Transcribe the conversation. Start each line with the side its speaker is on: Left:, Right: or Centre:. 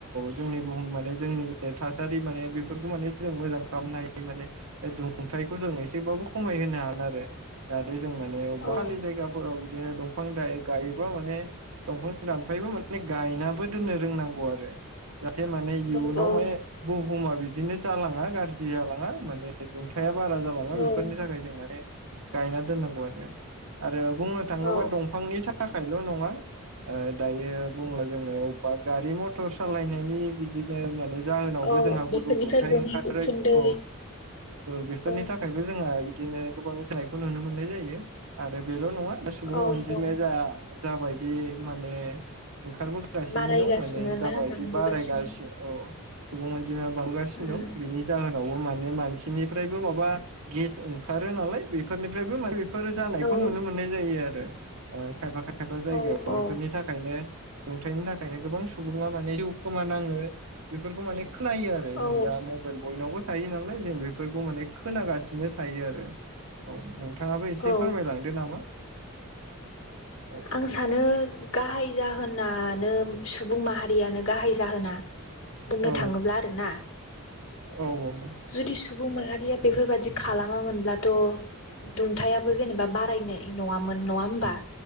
Right: जोंनि बुहुम जोंनि थासारि माने बेफोरखौ माने जों मोजां खालामनो हायो माने थायखौ जों एसेबाबो खमाय होनो हागोन आरो ओ जों माने
Left: औ
Right: खालि जायगाफोराव बिदिनो दंफां गायोबा माने दंफां दान ओमफ्रायबो माने गायनाबो दोननो रोंनांगौ आरो। जाहाथे माने इयुनाव
Left: नंगौ औ
Right: माने
Left: औ
Right: बुहुमा बिदिनो जालाङा गाज्रि जालाङा माने दुंथाया बारा जालाङा
Left: औ
Right: बेफोरनि थाखाय जों माने गायनानै बुंनो थांङोबा
Left: औ
Right: दंफांनि थाखायल' नङा ओ दायो बुंला जोङो अबेबा गारि मथर सालायनायनि बिदिनो माने जाहोनावबो
Left: औ
Right: जोंहा
Left: बेफोरनिफ्राय
Right: गुदुं दुंथाय
Left: गनाय
Right: ओंखारो
Left: उखुन्दै
Right: औ बेफोरनि
Left: औ
Right: थाखायबो जोंहा बिदिनो गोबां जानायखौ नुनो मोननाय जायो आरो बे ल' नङा सुबुं
Left: औ
Right: अनजिमाया
Left: औ
Right: जाबायदि माने ओंखारबोगासिनो
Left: बारायगासिनो
Right: दं माने जाबाय
Left: ना बांबोगासिनो
Right: बिदि बारायगासिनो औ सुबुं अनजिमाया बांगासिनो
Left: उम
Right: दं बेनि जाहोनावबो माने मानसिनिफ्रायबो माबा गेस ओंखारो नालाय बेफोरनिफ्रायबो माने बेफोर जानायखौ
Left: औ
Right: नुनो मोननाय जायो आरो खायफा खायफा खायफा जायगायाव
Left: औ औ
Right: बेफोरनि थाखायनो दुंथाइनि थाखाय नो गोबां सुबुङा माने जिउ खोमा नाङो बेफोरखौ माने खोनायो आरो जों
Left: औ
Right: दा मबाइल बयनावबो थायो नालाय जों बे बेफोरखौ माने खोनागासिनो थायो आरो औ नोंथाङाबो एसे
Left: औ
Right: फोरमायलांदो नामा औ
Left: आं सानो गाहाय जा होनानो सुबुं माहारियानो गाहाय जाहोना। बुंनो
Right: औ
Left: थाङोब्ला आरोना।
Right: औ औ
Left: जुदि सुबुं माहारिया बेफोरबादि खालामामोनब्लाथ' दुंथायाबो जेनेबा बारायनाय नङामोन नङा होमबा?